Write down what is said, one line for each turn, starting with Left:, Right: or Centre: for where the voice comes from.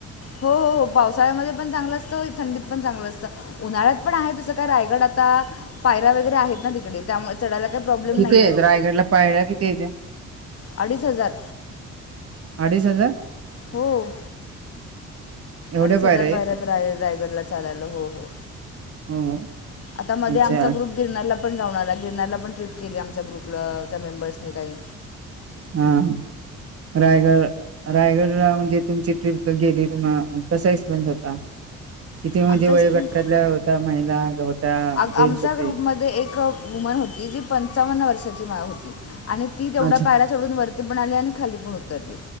Left: हो हो हो, पावसाळ्यामध्ये पण चांगलं असतं, थंडीत पण चांगलं असतं, उन्हाळ्यात पण आहे तसं. रायगड आता, पायरा वगैरे आहेत ना तिकडे त्यामुळे तिकडे. चढायला काही प्रॉब्लेम
Right: किती
Left: नाहीये,,,
Right: आहेत रायगडला पायऱ्या किती आहेत
Left: अडीच हजार.
Right: आडीच हजार
Left: हो
Right: एवढ्या
Left: अडीच हजार
Right: आहेत
Left: पायऱ्या आहेत रायगडला चालायला हो हो.
Right: हो हो.
Left: आता मध्ये
Right: अच्छा
Left: आमचा ग्रुप गिरनारला पण जाऊन आला, गिरनारला पण ट्रिप केली आमचा ग्रुप पल त्या मेंबर्सनी काही
Right: हं रायग रायगडला म्हणजे तुमची ट्रिप गेली कसा एक्सपिरियन्स होता? किती म्हणजे
Left: आमचा
Right: वयोगटातल्या
Left: एक्सपिरियन्स
Right: होत्या महिला होत्या
Left: आ-
Right: जेंट्स
Left: आमच्या
Right: होते?
Left: ग्रुपमध्ये एक वूमन होती जी पच्चवान वर्षाची होती आणि ती तेवढ्या
Right: अच्छा
Left: पायऱ्या चढून वरती पण आली आणि खाली पण उतरली